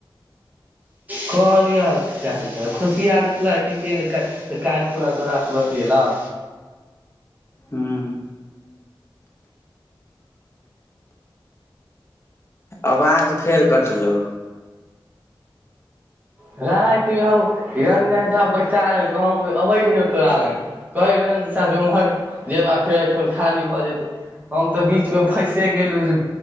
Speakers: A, on the right; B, on the left.
A: कहलिय चाहैत खुशिया देखलक ह के नहि तऽ काल्हि खुना चोरासँ बतियेलौं
B: हँ आवाज फेर कटलहुँ
A: राति हम रंजन झा बैसा लेलको हम अबे रहियौ तोरा लंग कहै रहन तऽ शाद उम्हर जेब आ फेर एहिठन खाली भऽ जेतह हम तऽ बीच मे फैसे गेलहु जे